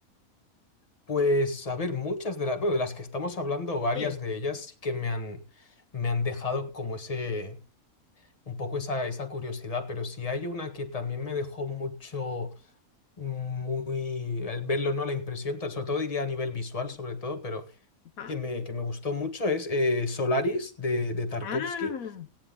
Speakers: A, on the left; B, on the left.
A: Pues, a ver, muchas de las, bueno, de las que estamos hablando, varias
B: Sí.
A: de ellas sí que me han, me han dejado como ese, un poco esa, esa curiosidad, pero si hay una que también me dejó mucho, muy, al verlo, ¿no? La impresión, tal- sobre todo diría a nivel visual, sobre todo, pero
B: Ajá.
A: que me, que me gustó mucho es eh, Solaris de, de Tarkovsky,
B: Ah,